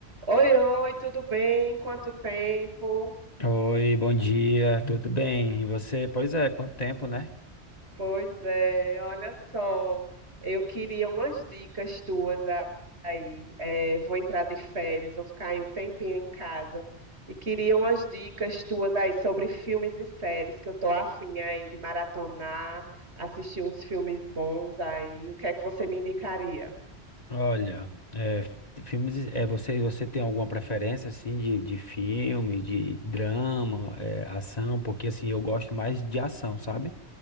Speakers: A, on the right; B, on the left.
A: Oi, oi, tudo bem? Quanto tempo?
B: Oi, bom dia, tudo bem? E você? Pois é, quanto tempo, né?
A: Pois é, olha só, eu queria umas dicas tuas a- aí. É, vou entrar de férias, vou ficar aí um tempinho em casa e queria umas dicas tuas aí sobre filmes e séries que eu tô afim aí de maratonar, assistir uns filmes bons aí. O que é que você me indicaria?
B: Olha, é, filmes, é, você, você tem alguma preferência, assim, de, de filme, de drama, é, ação? Porque, assim, eu gosto mais de ação, sabe?